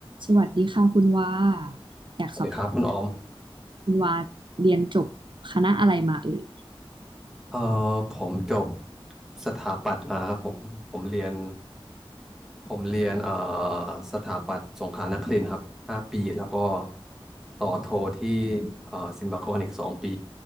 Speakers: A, on the right (about 55°); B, in the centre.
A: สวัสดีค่ะคุณว่าอยากสอบถาม
B: สวัสดีครับคุณออม
A: คุณว่าเรียนจบคณะอะไรมาเอ่ย
B: เอ่อผมจบสถาปัตย์มาครับผมผมเรียนผมเรียนเอ่อสถาปัตย์สงขลานครินทร์ครับห้าปีแล้วก็ต่อโทที่เอ่อศิลปากรอีกสองปี